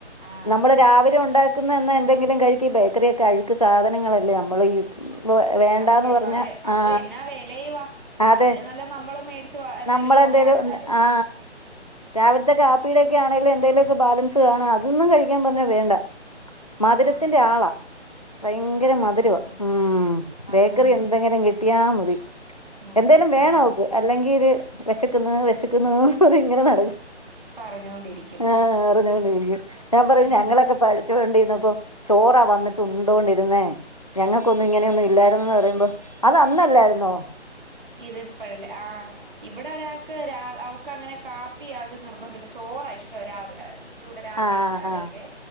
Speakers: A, on the right; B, on the left.
A: ആഹ്
B: നമ്മള് രാവിലെ ഉണ്ടാക്ക ക്കുന്ന എന്തെങ്കിലും കഴിക്ക ഈ ബേക്കറി ഒക്കെ അഴുക്ക് സാധനങ്ങളല്ലേ നമ്മൾ ഈ- ഇവ വേണ്ടാന്ന്
A: സത്യം
B: പറഞ്ഞ
A: അതെ അതോ
B: ആ
A: എന്നാ വെലയുവാ
B: അതെ
A: അതില് നല്ലത് നമ്മള് മേടിച്ച് എന്തേലുവൊക്കെ
B: നമ്മള് എന്തെലും
A: ഉണ്ടാക്കുന്നതല്ലേ നല്ലത്
B: ആ രാവിലത്തെ കാപ്പീടെക്കെ ആണെങ്കലും എന്തെലുമക്കെ ബാലൻസ് കാണും അതൊന്നും കഴിക്കാൻ പറഞ്ഞാ വേണ്ട മധുരത്തിന്റെ
A: ആഹ്
B: ആളാ ഭയങ്കര
A: മധുരം
B: മധുരവ
A: ഓ
B: ഉം ബേക്കറി
A: ആഹ് ആഹ്
B: എന്തെങ്കിലും കിട്ടിയാ മതി
A: മതി
B: എന്തായാലും വേണം
A: ആഹ്
B: അവക്ക് അല്ലെങ്കിൽ ഒരു വിശക്കുന്നു വിശക്കുന്നു പറഞ്ഞ് അത് ഇങ്ങനെ നടക്കും
A: പറഞ്ഞോണ്ടിരിക്കും
B: ആ പറഞ്ഞോണ്ടിരിക്കും ഞാൻ പറയും
A: ഉം
B: ഞങ്ങളൊക്കെ പഠിച്ചോണ്ടിരുന്നപ്പോ ചോറാ വന്ന് വന്നിട്ട് ഉണ്ടോണ്ടിരുന്നേ ഞങ്ങൾക്കൊന്നും ഇങ്ങനെയൊന്നും ഇല്ലായിരുന്നന്ന് പറയുമ്പോ അത് അന്നല്ലായിരുന്നോ
A: ഇത്പ്പോഴല്ലേ ആഹ് ഇവിടെ ഒരാൾക്ക് രാ- അവക്ക് അങ്ങനെ കാപ്പി അത് നിർബന്ധമില്ല ചോറാ ഇഷ്ടം ഒരു രാവി- റ്റൂടെടെ രാവിലെ
B: ആഹ്
A: ആണെങ്കിലെ